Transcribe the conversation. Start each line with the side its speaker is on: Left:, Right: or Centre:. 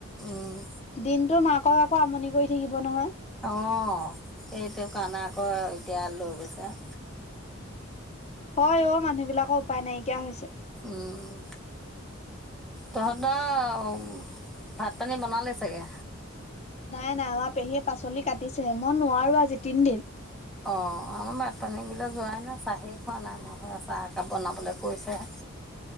Centre: উমঁ।
Left: দিনতটো মাকক আকৌ আমনি কৰি থাকিব নহয়।
Centre: অঁহ, সেইটো কাৰণে আকৌ এতিয়া লৈ গৈছে।
Left: হয় অঁ, মানুহ বিলাকৰ উপায় নাইকিয়া হৈছে।
Centre: উম। তহঁতৰ ভাত -পানী বনালে চাগে।
Left: নাই -নাই, আমাৰ পেহীয়ে পাচলি কাটিছেহে, মই নোৱাৰো আজি তিনদিন।
Centre: অঁ, আমাৰ ভাত -পানী বিলাক যোৱাই নাই, চাহেই খোৱা নাই। মই সেই চাহ একাপ বনাবলৈ কৈছেহে।